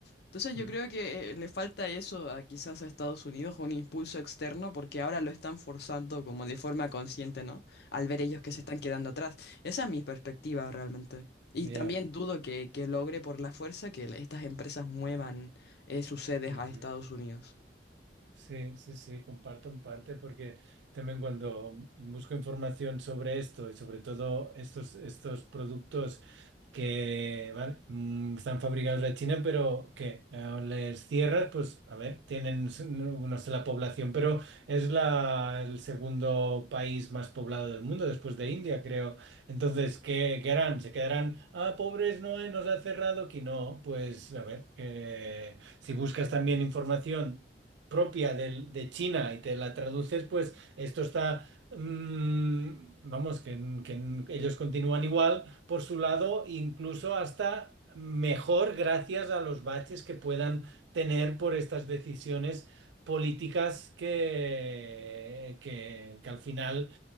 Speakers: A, on the left (about 60°); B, on the right (about 80°).
A: Entonces yo
B: Mm,
A: creo que eh, le falta eso a quizás a Estados Unidos, un impulso externo, porque ahora lo están forzando como de forma consciente, ¿no? Al ver ellos que se
B: mm,
A: están quedando atrás. Esa es mi perspectiva realmente. Y
B: Ya.
A: también dudo que, que logre por la fuerza que estas empresas muevan eh, sus sedes
B: Ujú.
A: a Estados Unidos.
B: Sí, sí, sí, comparto en parte porque también cuando busco información sobre esto y sobre todo estos, estos productos que vale, Mm, están fabricados en China, pero que eh, les cierras, pues a ver, tienen, s- no, no sé la población, pero es la, el segundo país más poblado del mundo después de India, creo. Entonces, ¿qué, qué harán? ¿Se quedarán, ah, pobres, no, eh, nos ha cerrado aquí? No, pues a ver, que si buscas también información propia del- de, China y te la traduces, pues esto está, mm, vamos, que, que ellos continúan igual por su lado, incluso hasta mejor gracias a los baches que puedan tener por estas decisiones políticas que, que, que al final